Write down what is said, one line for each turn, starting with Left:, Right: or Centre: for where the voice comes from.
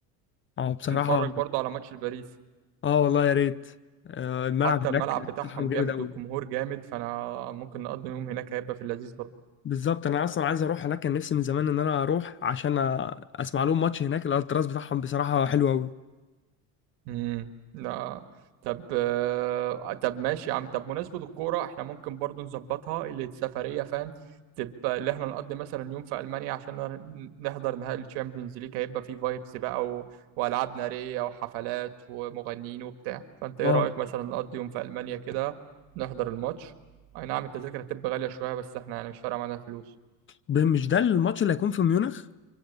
Left: اه بصراحة
Right: نتفرج برضو على ماتش الباريس
Left: اه والله يا ريت آه، الملعب
Right: حتى
Left: هناك
Right: الملعب
Left: بتاعهم
Right: بتاعهم
Left: جامد
Right: جامد
Left: قوي
Right: والجمهور جامد فانا ممكن نقضي يوم هناك هيبقى في اللذيذ برضو
Left: بالظبط أنا أصلا عايز أروح هناك كان نفسي من زمان إن أنا أروح عشان أ- أسمع لهم ماتش هناك الألتراس بتاعهم بصراحة حلو قوي
Right: امم لا طب آه، طب ماشي يا عم طب مناسبة الكورة احنا ممكن برضو نظبطها اللي السفرية فاهم تبقى اللي احنا نقضي مثلا يوم في ألمانيا عشان نر- نحضر نهائي الشامبيونز ليج هيبقى فيه فايبس بقى و... وألعاب نارية وحفلات ومغنيين وبتاع فأنت ايه
Left: اه
Right: رأيك مثلا نقضي يوم في ألمانيا كده نحضر الماتش أي نعم التذاكر هتبقى غالية شوية بس احنا يعني مش فارقة معانا الفلوس
Left: ب- مش ده الماتش اللي هيكون في ميونخ